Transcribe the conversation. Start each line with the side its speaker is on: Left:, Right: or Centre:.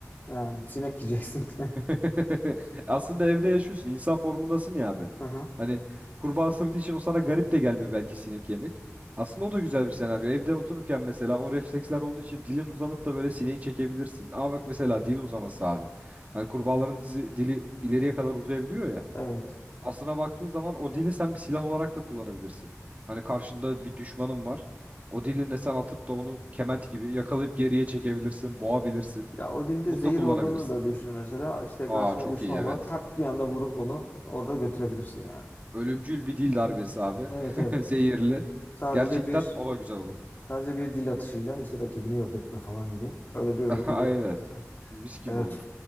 Left: yani sinek yiyeceksin. <laughs>
Right: <laughs> Aslında evde yaşıyorsun. İnsan formundasın ya abi.
Left: Hı hı.
Right: Hani kurbağa ısırdığı için o sana garip de gelmiyor belki sinek yemek. Aslında o da güzel bir senaryo. Evde otururken mesela o refleksler olduğu için dilin uzanıp da böyle sineği çekebilirsin. Ama bak mesela dil uzaması abi. Hani kurbağaların dizi, dili ileriye kadar uzayabiliyor ya.
Left: Evet.
Right: Aslına baktığın zaman o dili sen bir silah olarak da kullanabilirsin. Hani karşında bir düşmanın var. O dilinle sen atıp da onu kement gibi yakalayıp geriye çekebilirsin, boğabilirsin.
Left: Ya o dilde
Right: Onu
Left: zehir
Right: da kullanabilirsin.
Left: olduğunu da düşün mesela. İşte
Right: Aa
Left: karşına
Right: çok
Left: düşman
Right: iyi evet.
Left: var. Tak bir anda vurup onu orada götürebilirsin yani.
Right: Ölümcül bir dil darbesi abi.
Left: Evet
Right: <laughs>
Left: evet.
Right: Zehirli.
Left: Sadece
Right: Gerçekten
Left: bir
Right: o da güzel olur.
Left: sadece bir dil atışıyla işte rakibini yok etme falan gibi. Öyle bir özelliği
Right: <laughs> Aynen.
Left: olabilir.
Right: Mis gibi
Left: Evet.
Right: olur.